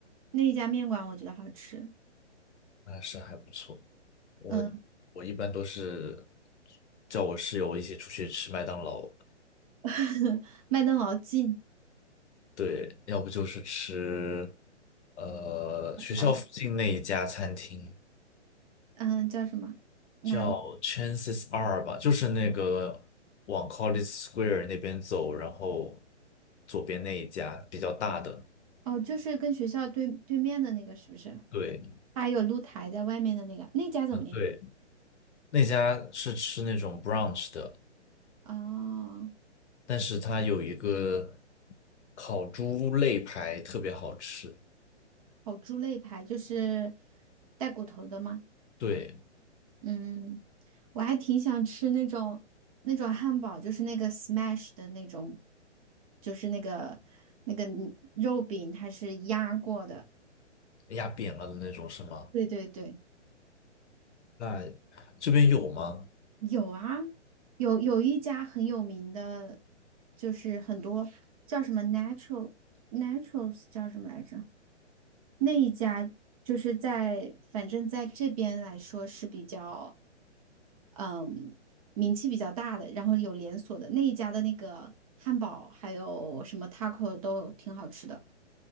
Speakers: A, on the right; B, on the left.
A: 那一家面馆我觉得好吃，
B: 那是还不错。我我一般都是
A: 嗯，
B: 叫我室友一起出去吃麦当劳，
A: <laughs> 麦当劳近，
B: 对，要不就是吃，呃，学校附近那一家餐厅
A: 哎，嗯，叫什么？哪里？
B: 叫 Chances Are 吧，就是那个往 College Square 那边走，然后左边那一家比较大的。
A: 哦，就是跟学校对对面的那个，是不是？
B: 对，
A: 它还有露台在外面的那个，那家怎么样？
B: 啊对，那家是吃那种 brunch 的，
A: 哦，
B: 但是它有一个烤猪肋排特别好吃，
A: 烤猪肋排就是带骨头的吗？
B: 对，
A: 嗯，我还挺想吃那种那种汉堡，就是那个 smash 的那种，就是那个那个嗯肉饼它是压过的。
B: 压扁了的那种是吗？
A: 对对对，
B: 那这边有吗？
A: 有啊，有有一家很有名的，就是很多叫什么 natural naturals 叫什么来着？那一家就是在反正在这边来说是比较。嗯，名气比较大的，然后有连锁的那一家的那个汉堡，还有什么 taco 都挺好吃的。